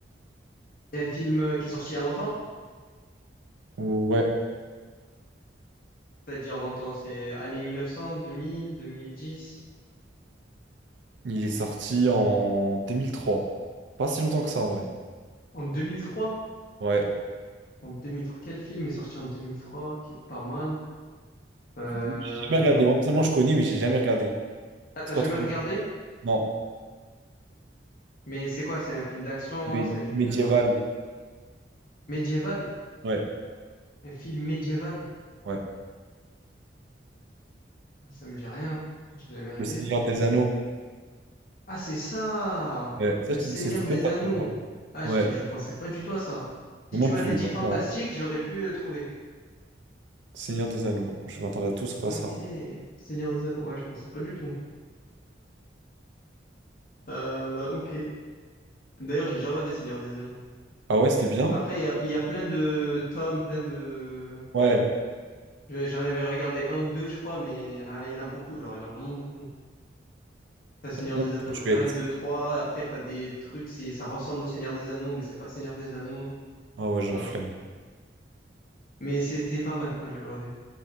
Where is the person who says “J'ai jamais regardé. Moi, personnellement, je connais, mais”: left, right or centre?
Right